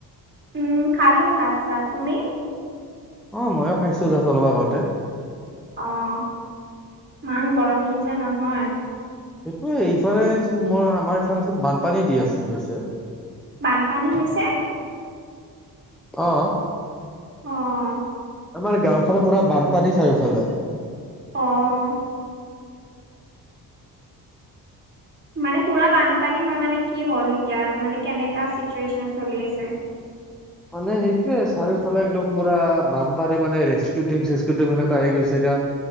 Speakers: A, on the right; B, in the centre.
A: উম, খালো ভাত-চাত। তুমি?
B: অ', ময়ো খাইছোঁ জাষ্ট অলপ আগতে।
A: অ', ইমান গৰম দিছে নহয়!
B: এইটোয়ে, ইফালে চোন মই আমাৰ ফালে চোন বানপানী দি আছে হৈছে।
A: বানপানী হৈছে?
B: অ'।
A: অ'।
B: আমাৰ গাঁওৰ ফালে পুৰা বানপানী চাৰিওফালে।
A: অ'। মানে পুৰা বানপানী হয়, মানে কি হ'ল এতিয়া মানে কেনেকা চিটুৱেচন চলি আছে?
B: মানে সেইটোয়ে চাৰিওফালে একদম পুৰা বানপাৰী মানে ৰেচকিউটীম চেছকিউটীম আহি গৈছে এতিয়া